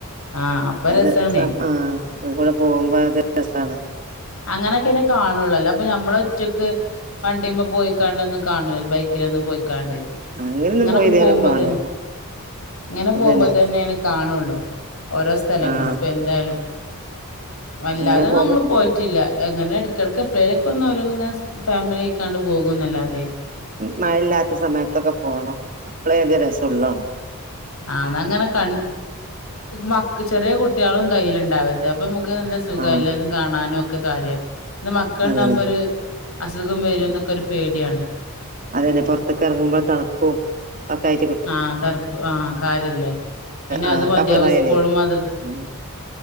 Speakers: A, on the left; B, on the right.
A: ആഹ് അപ്പൊ രസാണേ
B: അത് ആഹ പോകുമ്പോ അത് രസമാണ്
A: അങ്ങനെയൊക്കെന്നെ കാണുള്ളല്ലോ അപ്പൊ മ്മെ ഒച്ചക്ക് വണ്ടിയമ്മ പോയിക്കാണ്ടൊന്നും കാണൈ ഒ ഒന്ന് പോയിക്കാണ്ട്
B: അങ്ങനെയൊന്നും
A: ഇങ്ങനൊക്കെ
B: പോയി ഇതുവരെ
A: പോകുമ്പോ
B: കാണൂല്ല
A: തന്നെ ഇങ്ങനെ
B: അതന്നെ
A: പോകുമ്പോ തന്നെ അന് കാണുള്ളൂ ഓരോ സ്ഥലങ്ങളും
B: ആഹ്
A: ഇപ്പൊ എന്തായാലും വല്ലാതെ
B: അങ്ങനെ പോകുമ്പോ
A: നങ്ങൾ പോയിട്ടില്ല എങ്ങനെ എടുക്കടുക്ക എപ്പഴേലൊക്കെന്നും ഓരോന്ന നിങ്ങൾ ഫാമിലി ആയിക്കാണ്ട് പോകും എന്നല്ലാതെ
B: മഴയില്ലാത്ത സമയത്തൊക്കെ പോണം അപ്പളേ അത് രസൊള്ളാണും
A: ആന്നങ്ങനെ ക മ ചെറിയ കുട്ടികളും കയ്ല്ണ്ടാവത് അപ്പൊ സ നല്ല സുഖ
B: ആഹ്
A: എല്ലായതും കാണാനോ ഒക്കെ കാര്യ ഇ മക്കൾണ്ടാവകുമ്പോ
B: അതന്നെ
A: ഒരു അസുഖം വരും എന്നൊക്കെ ഒരു പേടിയാണ്
B: അത തന്നെ പൊറത്തൊക്കെ ഇറങ്ങുമ്പോൾ തണുപ്പും ഒക്കെ ആയിട്ടട്
A: ആഹ് തറപ്പ് ആഹ് കാര്യല്ലേ പിന്നെ
B: ആഹ്
A: അത് മതിയാവും
B: കഫളായാലേ
A: സ്കൂളും മാതരി
B: ഉം